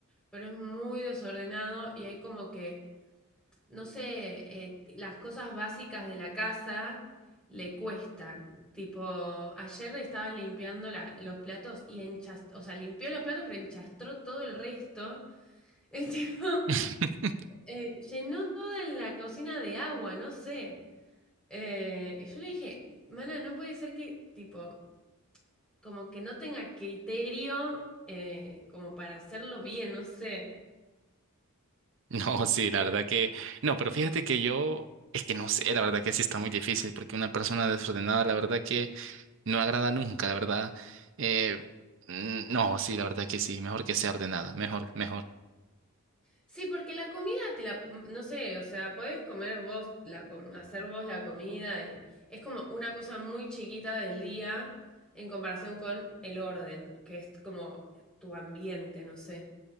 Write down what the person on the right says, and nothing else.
<laughs>
No, sí,
la verdad que no, pero fíjate que yo es que no sé, la verdad que sí está muy difícil porque una persona desordenada, la verdad que no agrada nunca, la verdad. Eh, mm, no, sí, la verdad que sí, mejor que sea ordenada, mejor, mejor.